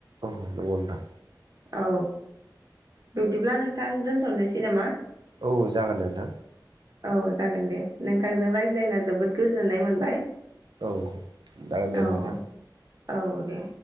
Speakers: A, on the right (about 75°); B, on the right (about 50°).
A: औ नंगौ नोंथां।
B: औ। बिदिब्ला नोंथां दोनथ' नोसै नामा?
A: औ जागोन दे नोंथां
B: औ जागोन दे। नोंथांजों रायज्लायना जोबोद गोजोननाय मोनबाय।
A: औ जागोन दे
B: औ
A: नोंथां।
B: औ दे‌।